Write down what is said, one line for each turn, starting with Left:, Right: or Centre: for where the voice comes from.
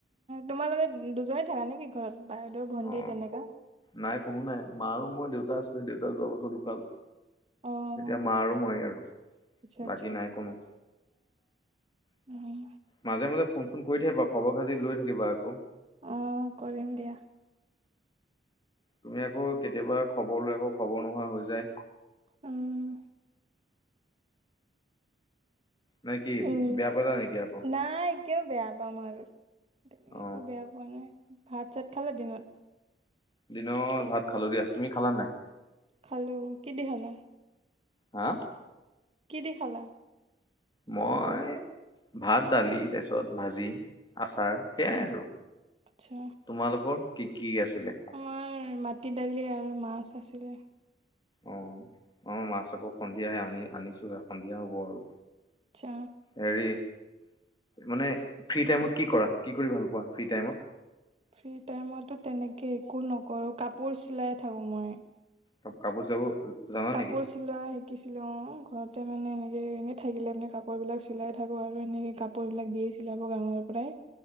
Right: তোমালোকে দুজনে থাকা নেকি? ঘৰত বাইদেউ, ভণ্টি
Left: অ
Right: তেনেকা।
Left: নাই কোনো নাই মা আৰু মই দেউতা আছিলে দেউতা যোৱা বছৰ ধুকাল।
Right: অ',
Left: এতিয়া মা আৰু মই আৰু
Right: আচ্ছা আচ্ছা
Left: বাকী নাই কোনো।
Right: উম,
Left: মাজে-মাজে ফোন-চোন কৰি থাকিবা খবৰ খাতি লৈ থাকিবা আকৌ।
Right: অ, কৰিম দিয়া।
Left: তুমি আকৌ কেতিয়াবা খবৰ লৈ, আকৌ খবৰ নোহোৱা হৈ যায়।
Right: উম,
Left: নে কি
Right: উম,
Left: বেয়া পালা নেকি আকৌ?
Right: নাই কিয় বেয়া পাম আৰু তেনেকে
Left: অ
Right: একো বেয়া পো পোৱা নাই ভাত-চাত খালে দিনত?
Left: দিনৰ ভাত খালো দিয়া, তুমি খালা নে নাই?
Right: খালো। কি দি খালা?
Left: হা?
Right: কি দি খালা?
Left: মই ভাত, দালি, তাৰপিছত ভাজি। আচাৰ সেয়াই আৰু
Right: আচ্ছা
Left: তোমালোকৰ কি-কি আছিলে?
Right: আমাৰ মাটি দালি আৰু মাছ আছিলে।
Left: অ', অ', মাছ আকৌ সন্ধিয়া আনি আনিছোহে সন্ধিয়া হ'ব আৰু।
Right: আচ্ছা
Left: হেৰি মানে ফ্ৰী টাইমত কি কৰা। কি কৰি ভাল পোৱা ফ্ৰী টাইমত?
Right: ফ্ৰী টাইমতটো তেনেকে একো নকৰো কাপোৰ চিলাই থাকো মই।
Left: কাপো', -কাপোৰ চিলাব জানা
Right: কাপোৰ
Left: নেকি?
Right: চিলোৱা শিকিছিলোঁ অহ', ঘৰতে মানে এনেকে এনেই থাকিলে মানে কাপোৰবিলাক চিলাই থাকোঁ আৰু এনেকে', কাপোৰ বিলাক দিয়েই চিলাব গাঁৱৰ মানুহবিলাক',